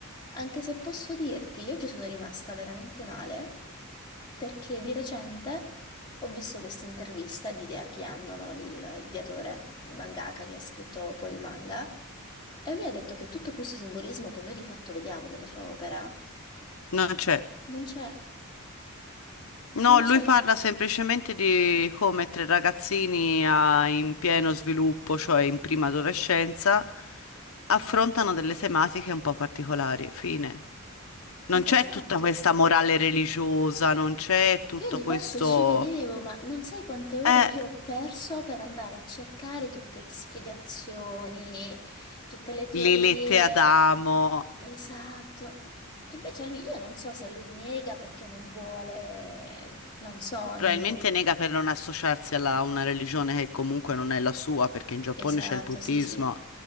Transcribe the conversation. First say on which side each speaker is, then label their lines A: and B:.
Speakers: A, on the left; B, on the left.
A: Anche se posso dirti, io ci sono rimasta veramente male perché di recente ho visto questa intervista di Idea Kianno, no? Lì Il- L'ideatore, il mangaka che ha scritto poi il manga, e lui ha detto che tutto questo simbolismo che noi di fatto vediamo nella sua opera
B: Non c'è.
A: non c'è,
B: No,
A: non
B: lui
A: c'è.
B: parla semplicemente di come tre ragazzini a- in pieno sviluppo, cioè in prima adolescenza, affrontano delle tematiche un po' particolari. Fine. Non c'è
A: Esatto.
B: tutta questa morale religiosa, non c'è tutto
A: Che io di
B: questo...
A: fatto ci vedevo, ma non sai quante ore
B: Eh,
A: io ho perso per andare a cercare tutte le spiegazioni, tutte le teorie.
B: le lette ad Adamo.
A: Esatto. E Invece lui, io non so se lui nega perché non vuole, non so,
B: Probabilmente
A: non vuole.
B: nega per non associarsi alla- a una religione che comunque non è la sua, perché in Giappone
A: Esatto,
B: c'è il buddismo,
A: sì, sì.